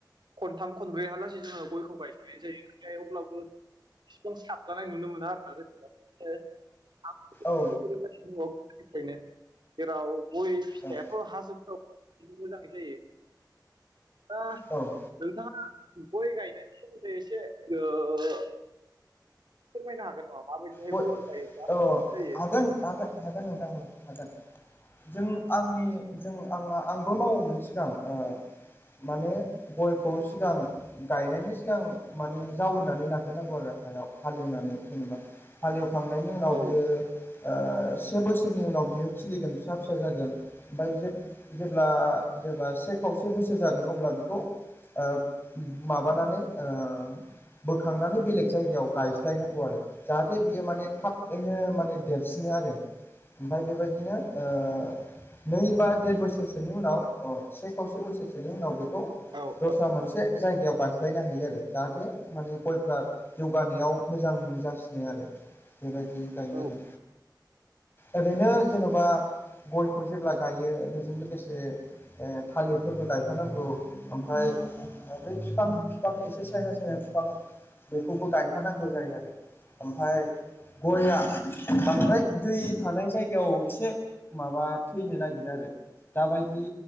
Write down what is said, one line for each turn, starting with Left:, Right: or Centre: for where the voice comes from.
Right: खनथाम खनब्रै हलासे जोङो गयखौ गाय जायो थाय अब्लाबो स्कल साबजानाय नुनो मोना आरो ना <unintelligible>
Left: औ
Right: <unintelligible> फ्रायनो। जेराव गय फिथाइाथ'
Left: औ
Right: हाजोफोराव मोजाङै जायो। दा
Left: औ
Right: नोंथाङा गय गायनायनि सोमोन्दै एसे ओ फोरमायनो हागोन नामा? माबायदिहाय
Left: ओ
Right: गयखौ गायोब्ला साबसिन जायो
Left: हागोनोन हागोन हागोन हागोन। जों आंनि जों आंना आंबो मावोमोन सिगां ओ माने गयखौ सिगां गायनायनि सिगां माने जावैनानै लाग्रोनांगौ आरो। सायाव हालिवनानै जेनेबा हालिवखांनायनि उनाव
Right: औ
Left: बियो ओ। से बोसोरनि उनाव बियो खिलिगोन फिसा फिसा जागोन ओमफ्राय जे- जेब्ला जेब्ला। से खावसे बोसोर जागोन अब्ला बेखौ ओ माबानानै ओ। बुरखांनानै बेलेग जायगायाव गायस्लायनांगौ आरो जाहाथे बियो माने थाबैनो माने देरसिनो आरो ओमफ्राय बेबायदिनो ओ नै बा देर बोसोरसोनि उनाव ओ से खावसे बोसोरसो नि उनाव बेखौ
Right: औ
Left: दस्रा मोनसे जायगायाव गायस्लायनो हायो आरो जाहाथे माने गयफ्रा जौगानायाव मोजां जासिनो आरो बेबायदि गायो
Right: औ
Left: आरो। ओरैनो जेन'बा गयखौ जेब्ला गायो बेजों लोगोसे ओ थालिरफोरबो गायफानांगौ ओमफ्राय बै बिफां बिफां एसे साया साया फिफां बेखौबो गायफानांगौ जायो आरो। ओमफाय गया बांद्राय दै थानाय जायगायाव एसे माबा थैनो नागि रो आरो दाबायदि